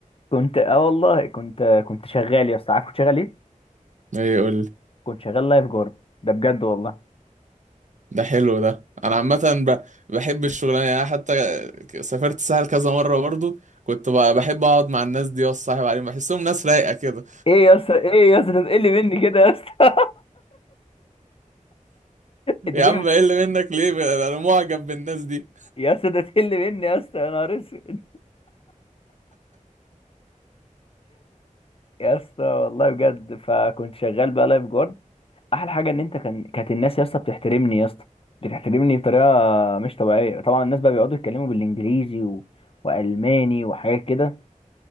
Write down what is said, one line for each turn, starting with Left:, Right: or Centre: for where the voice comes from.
Left: كنت اه والله كنت كنت شغال يا اسطى عارف كنت شغال ايه
Right: <laughs> ايه يقول لي
Left: كنت شغال لايف جارد ده بجد والله
Right: ده حلو ده انا عامه ب- بحب الشغلانه يعني انا حتى سافرت الساحل كذا مره برضو كنت ب- بحب اقعد مع الناس دي واصاحب عليهم بحسهم ناس رايقه كده
Left: ايه يا اسطى ايه يا اسطى تقل مني كده يا اسطى <laughs>
Right: <laughs>
Left: انت
Right: يا
Left: كده
Right: عم
Left: بت-
Right: بقل منك ليه انا معجب بالناس دي
Left: يا اسطى ده تقل مني يا اسطى يا نهار اسود يا اسطى والله بجد فكنت شغال بقى لايف جارد احلى حاجه ان انت كان كانت الناس يا اسطى بتحترمني يا اسطى بتحترمني بطريقه مش طبيعيه طبعا الناس بقى بيقعدوا يتكلموا بالانجليزي و... والماني وحاجات كده